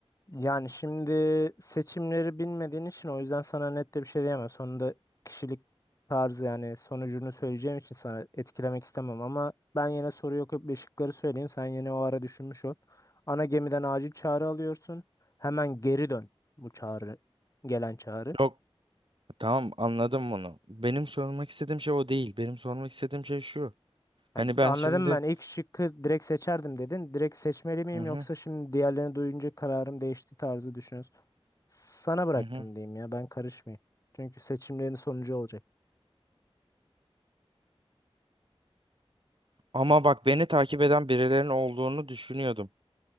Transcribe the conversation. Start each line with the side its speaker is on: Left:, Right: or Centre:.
Left: yani şimdi seçimleri bilmediğin için o yüzden sana net de bir şey diyemem. Sonunda kişilik tarzı yani sonucunu söyleyeceğim için sana etkilemek istemem ama ben yine soru yok bir şıkları söyleyeyim. Sen yine o ara düşünmüş ol. Ana gemiden acil çağrı alıyorsun. Hemen geri dön bu çağrı gelen çağrı.
Right: Yok Tamam anladım bunu. Benim sormak istediğim şey o değil. Benim sormak istediğim şey şu.
Left: Ha,
Right: Hani ben
Left: anladım
Right: şimdi
Left: ben. İlk şıkkı direkt seçerdim dedin. Direkt seçmeli miyim
Right: hı hı
Left: yoksa şimdi diğerlerini duyunca kararım değişti tarzı düşünüyorsun. Sana bıraktım
Right: hı hı.
Left: diyeyim ya. Ben karışmayayım. Çünkü seçimlerin sonucu olacak.
Right: Ama bak beni takip eden birilerinin olduğunu düşünüyordum.